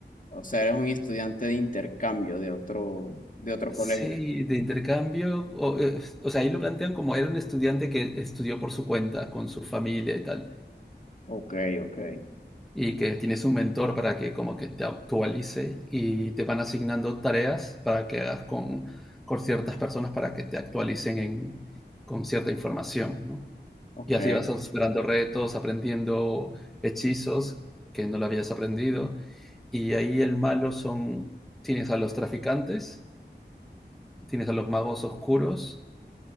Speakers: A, on the left; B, in the centre.
A: O sea, eres un estudiante de intercambio de otro, de otro
B: Sí,
A: colegio.
B: de intercambio. O, es- o sea, ahí lo plantean como era un estudiante que estudió por su cuenta, con su familia y tal,
A: Ok, ok,
B: y que tienes un mentor para que como que te actualice y te van asignando tareas para que hagas con, con ciertas personas para que te actualicen en- con cierta información, ¿no?
A: ok,
B: Y así vas superando retos, aprendiendo hechizos que no lo habías aprendido. Y ahí el malo son, tienes a los traficantes, tienes a los magos oscuros,